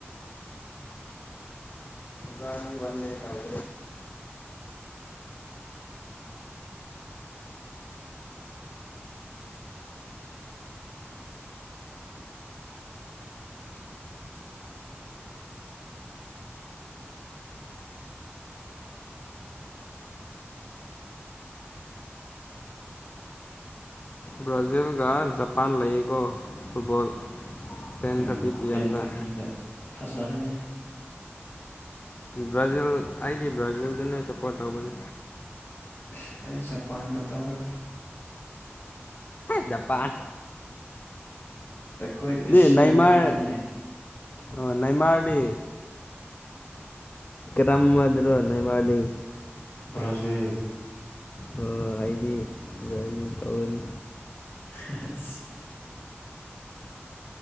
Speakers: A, on the left; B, on the left.
A: ꯕꯥꯅꯤ ꯋꯥꯟꯗꯦ ꯀꯗ ꯕ꯭ꯔꯥꯖꯤꯜꯒ ꯖꯄꯥꯟ ꯂꯩꯌꯦꯀꯣ ꯐꯨꯠꯕꯣꯜ ꯇꯦꯟ
B: ꯎꯝ
A: ꯊꯥꯔꯇꯤ ꯄꯤ
B: ꯇꯦꯟ
A: ꯑꯦꯝꯗ
B: ꯊꯥꯔꯇꯤꯗ ꯐꯖꯔꯅꯤ
A: ꯕ꯭ꯔꯥꯖꯤꯜ ꯑꯩꯗꯤ ꯕ꯭ꯔꯥꯖꯤꯜꯗꯨꯅ ꯁꯞꯄꯣꯔꯠ ꯇꯧꯕꯁꯦ
B: ꯑꯁ ꯑꯩ ꯖꯄꯥꯟꯗ ꯇꯧꯔꯒꯦ
A: ꯖꯄꯥꯟ
B: ꯑꯩꯈꯣꯏ
A: ꯗꯤ
B: ꯑꯦꯁꯤꯌꯥꯟ
A: ꯅꯦꯃꯥꯔ
B: ꯇꯤꯝꯅꯦ
A: ꯑꯣ ꯅꯦꯃꯥꯔꯗꯤ ꯇꯝꯃꯗꯨ꯭ꯔꯣ ꯅꯦꯋꯥꯗꯤ
B: ꯭ꯔꯖꯤꯜ
A: ꯑꯣ ꯑꯩꯗꯤ ꯑꯗꯨꯥꯏ ꯑꯗꯨ ꯇꯧꯒꯅꯤ
B: <unintelligible> <inaudible>